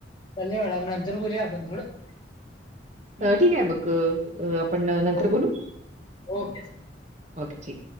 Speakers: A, on the left; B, on the right.
A: चाले मॅडम नंतर बोलया आपण थोडं हम्म?
B: ठीक आहे मग आपण नंतर
A: ओ
B: बोलू
A: ओके
B: ओके ठीक